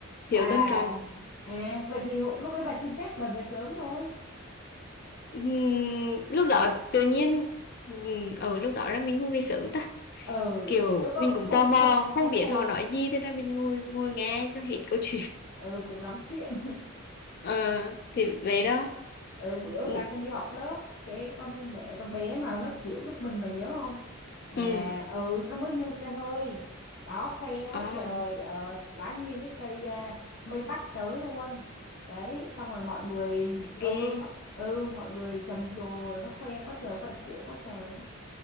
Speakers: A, on the left; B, on the left.
A: thiếu
B: à
A: tôn trọng
B: à vậy thì hụ- lúc ấy bà xin phép bà về sớm thôi
A: Ừm, lúc đó tự nhiên ừm, ở lúc đó ra mình không về sớm ta
B: ừ
A: kiểu
B: lúc đó
A: mình cũng
B: không
A: tò mò
B: không không
A: không biết
B: khôn
A: họ nói gì thế nên mình ngồi ngồi nghe cho hết câu chuyện
B: ừ cũng lắm chuyện
A: ờ thì vậy đó
B: ừ bữa
A: ừ
B: bà không đi học lớp cái con bé con bé mà lớp trưởng lớp mình bà nhớ không mà
A: ừ.
B: ừ nó mới mua xe hơi đó khoe quá
A: à
B: trời ờ, lái nguyên cái cây à, mây bắc tới luôn đấy xong rồi mọi người ừ
A: ghê
B: mọi ừ mọi người trầm trồ nó khoe quá trời khoe của quá trời á